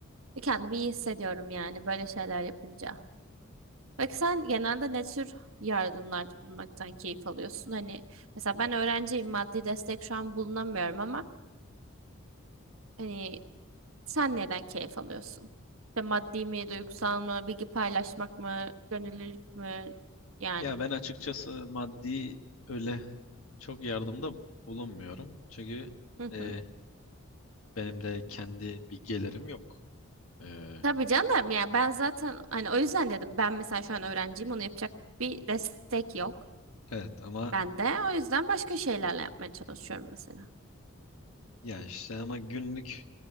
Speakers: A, on the right; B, on the left.
A: Ve kendimi iyi hissediyorum yani böyle şeyler yapınca. Peki sen genelde ne tür yardımlarda bulunmaktan keyif alıyorsun? Hani mesela ben öğrenciyim maddi destek şu an bulunamıyorum ama Hani Sen neden keyif alıyorsun? İşte maddi mi, duygusal mı, bilgi paylaşmak mı, gönüllülük mü? Yani.
B: Ya ben açıkçası maddi öyle çok yardımda bulunmuyorum. Çünkü
A: Hı
B: e,
A: hı.
B: benim de kendi bir gelirim yok. E,
A: Tabii canım ya ben zaten hani o yüzden dedim ben mesela şu an öğrenciyim onu yapacak bir destek yok.
B: evet ama
A: bende o yüzden başka şeylerle yapmaya çalışıyorum mesela.
B: Ya işte ama günlük